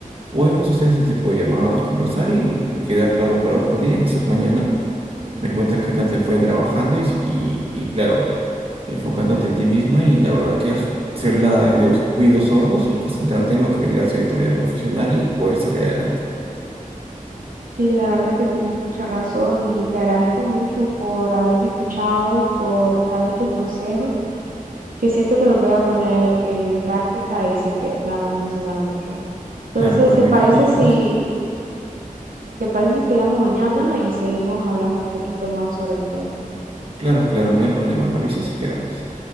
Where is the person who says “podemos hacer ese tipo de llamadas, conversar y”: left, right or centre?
Right